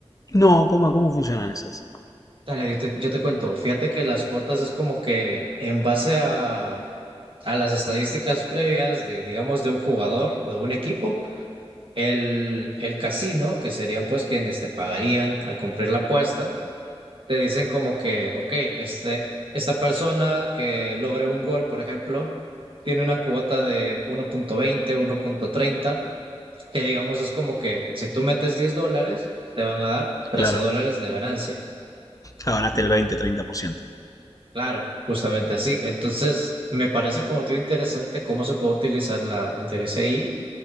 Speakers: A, on the left; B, on the right.
A: No, ¿cómo, cómo funcionan esas?
B: Dale, yo te, yo te cuento. Fíjate que las cuotas es como que en base a, a las estadísticas previas de, digamos, de un jugador o de un equipo, el, el casino, que serían pues quienes te pagarían al cumplir la apuesta te dicen como que, ok, este, esta persona que logre un gol, por ejemplo, tiene una cuota de uno uno punto veinte uno punto treinta que digamos es como que si tú metes 10 dólares, te van a dar trece
A: Claro,
B: dólares de ganancia.
A: ya ganaste el veinte, treinta por ciento.
B: Claro, justamente así. Entonces, me parece como te digo, interesante cómo se puede utilizar la, la inteligencia ahí